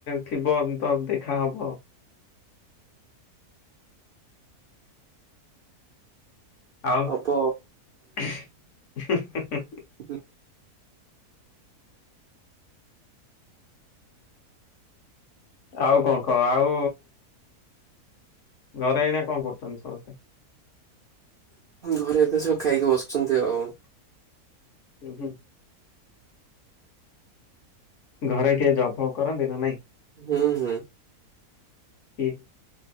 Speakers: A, on the left; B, on the right.
A: ଥିବ ତ ଦେଖା ହବ ଆଉ। ଆଉ
B: ହବ
A: ହୁଁ ହୁଁ ହୁଁ।
B: ହୁଁ।
A: ଆଉ କଣ କହ ଆଉ ଘରେ ଏଇନା କଣ କରୁଛନ୍ତି ସମସ୍ତେ।
B: ଘରେ ଏବେ ସବୁ ଖାଇକି ବସିଛନ୍ତି ଆଉ।
A: ହୁଁ ହୁଁ। ଘରେ କିଏ ଜବ୍ ଫବ୍ କରନ୍ତି ନା ନାଇଁ?
B: ହୁଁ, ହୁଁ।
A: କିଏ?